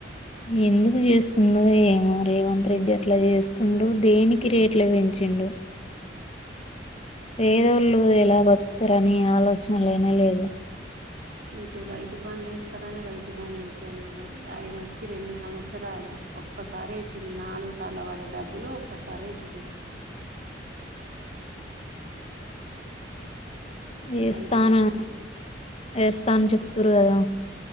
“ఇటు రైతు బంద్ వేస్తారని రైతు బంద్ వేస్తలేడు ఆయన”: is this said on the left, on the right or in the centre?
Right